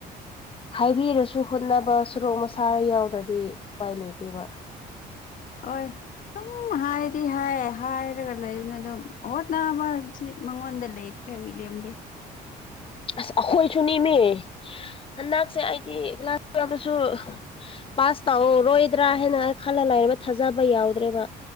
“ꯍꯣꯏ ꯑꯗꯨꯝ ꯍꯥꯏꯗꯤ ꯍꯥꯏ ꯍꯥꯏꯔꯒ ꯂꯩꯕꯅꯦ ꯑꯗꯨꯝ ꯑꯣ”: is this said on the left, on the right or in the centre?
Left